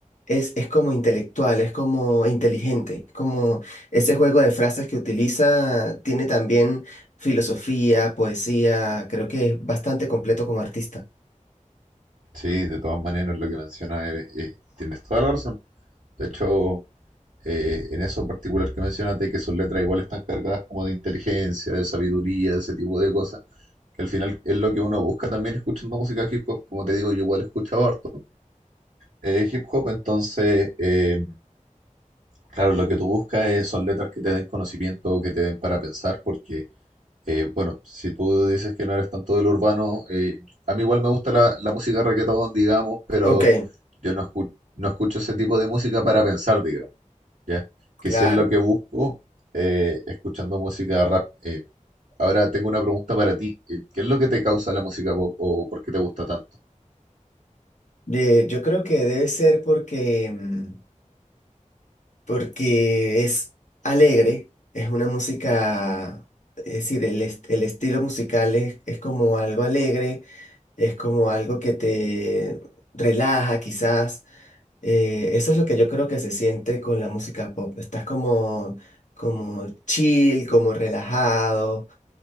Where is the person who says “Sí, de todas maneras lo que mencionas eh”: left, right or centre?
Right